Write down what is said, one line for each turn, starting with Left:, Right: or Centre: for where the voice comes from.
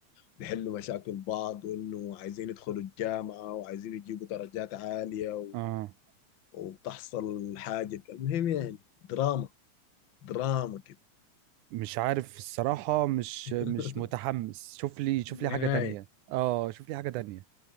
Left: بيحلوا مشاكل بعض وانه عايزين يدخلوا الجامعة وعايزين يجيبوا درجات عالية و-
Right: اه
Left: وبتحصل حاجة المهم يعني دراما دراما كده
Right: مش عارف الصراحة مش مش
Left: <laughs>
Right: متحمس شوف لي شوف
Left: نهاية
Right: لي حاجة تانية اه شوف لي حاجة تانية